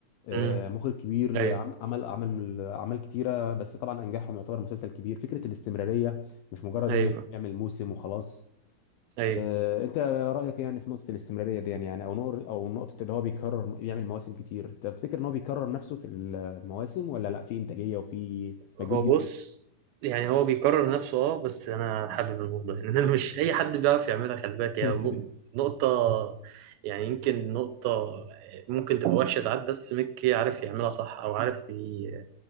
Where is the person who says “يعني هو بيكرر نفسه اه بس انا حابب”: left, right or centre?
Right